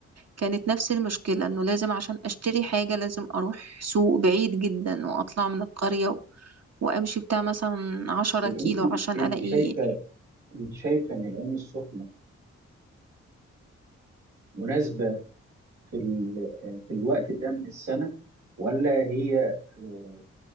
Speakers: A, on the right; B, on the right.
A: كانت نفس المشكلة إنه لازم عشان أشتري حاجة لازم أروح سوق بعيد جدا وأطلع من القرية وامشي بتاع مثلا عشرة
B: بس أنت
A: كيلو عشان
B: أنت
A: الاقي
B: شايفة أنت شايفة إن العين السخنة مناسبة في ال- آه، في الوقت ده من السنة ولا هي آه،